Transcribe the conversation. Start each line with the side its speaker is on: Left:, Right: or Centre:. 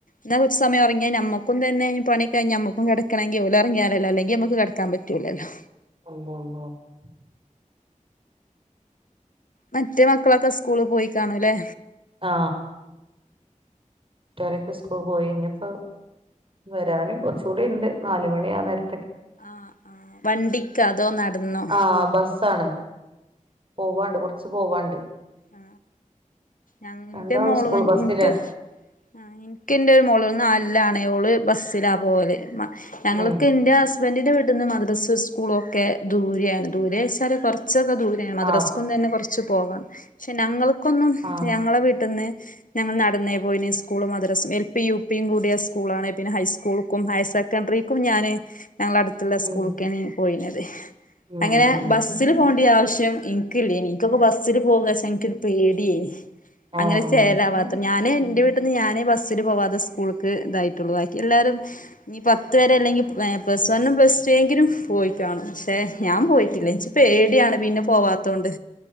Left: ന്നാ കൊർച്ച് സമയം ഒർങ്ങിയാ നമ്മക്കും തന്നെ ഞ് പണി കഴിഞ്ഞാ ഞമ്മക് കെടക്കണെങ്കി ഓലൊർങ്ങിയാലല്ലെ അല്ലെങ്കി അമ്മക്ക് കട്ക്കാൻ പറ്റൂ ലല്ലോ
Right: <unintelligible>
Left: മറ്റേ മക്കളൊക്കെ സ്കൂള് പോയി കാണും ല്ലേ
Right: ആ ടെരക്ടസ്കോപ് വഴി ഞ്ഞും പ്പ വരാന് കൊറച്ചൂടി ഇണ്ട് നാല് മണിയാന്നേരം
Left: ആ ആ വണ്ടിക്ക അതോ നടന്നോ?
Right: ആഹ് ബസ്സാണ് പോവാണ്ട് കൊറച്ച് പോവാണ്ട്.
Left: ആ ആ ഞ
Right: രണ്ടാളും
Left: ന്റെ മോള്
Right: സ്കൂൾ ബസ്സിലാണ്
Left: ന്ക്ക് ആ ന്ക്ക് എന്റെ ഒരു മോള് നാ ലാണേ ഓള് ബസ്സിലാ പോവല്. ഞങ്ങളൊക്കെ
Right: ഉം
Left: ന്റെ ഹസ്ബന്റിന്റെ വി ട്ട്ന്ന് മദ്രസ് സ്കൂളൊക്കെ ദൂരെയാണ് ദൂരെച്ചാല് കൊറ ച്ചൊക്കെ ദൂരെയാ മദ്രസ്കൂൾ
Right: ആഹ്
Left: തന്നെ കൊറ ച്ചു പോവാൻ ക്ഷേ ഞങ്ങള് ക്കൊന്നും
Right: ആഹ്
Left: ഞങ്ങളെ വീട്ട്ന്ന് ഞങ്ങൾ നടന്നേ പോയിണി സ്കൂളും മദ്രസും എൽ പി യു പിയും കൂടിയ സ്കൂളാണ് പിന്നെ ഹൈസ് സ്കൂൾക്കും ഹയർ സെക്കഡറിക്കും ഞാന് ഞങ്ങളടുത്തുള്ള സ്കൂളിക്കാണ്
Right: ഉം
Left: പോയിനത്.
Right: ഉം
Left: അങ്ങനെ ബസ്സില്
Right: ഉം
Left: പോവിണ്ട്യ ആവശ്യം ഇ ക്കില്ലേനി നിക്കൊക്കെ ബസ് സില് പോകേച് ഒരു പേടിയേ
Right: ആ
Left: അങ്ങനെ ചേലാവാത്ത
Right: ഉം,
Left: ഞാന്
Right: ഉം.
Left: ന്റെ വീട്ടിന്ന് ഞാനേ ബസ്സിനു പോവാതെ സ് കൂൾക്ക് ഇതായിട്ടുള്ളൂ ബാക്കി എല്ലാരും ഈ പത്ത് വരെ അല്ലെങ്കി പ്ലസ് വണ്ണും പ്ലസ് റ്റൂ എങ്കിലും പോയിക്കാണും. തെ ഞാൻ പോയിട്ടില്ല നിച്ച് പേടിയാണ് പിന്നെ പോവാ ത്തോണ്ട്.